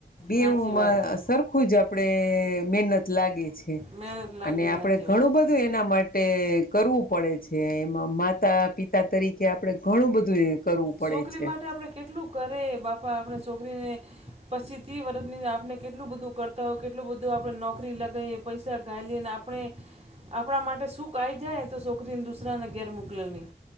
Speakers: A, on the left (about 55°); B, on the right (about 35°).
A: બેવુંમાં
B: સાચી વાત હે
A: સરખું જ આપડે મહેનત લાગે. છે,
B: મહેનત લાગી
A: અને
B: જાય
A: આપડે
B: સાચી
A: ઘણું
B: વાત
A: બધું બધું એના માટે કરવું પડે છે, એમાં માતા પિતા તરીકે આપણે ઘણું બધું કરવું પડે
B: શોકરી
A: છે.
B: માટે આપણે કેટલું કરે બાપા આપણે શોકરીને પચી તિ વર્ષની આપણે કેટલું બધું કરતા હોય, કેટલું બધું આપણે નોકરી લગાવએ પૈસા ઘાલીએને આપ પણે આપણા માટે સુખ આવી જાય તો છોકરીને દુસરાને ઘેર મોકલે નહીં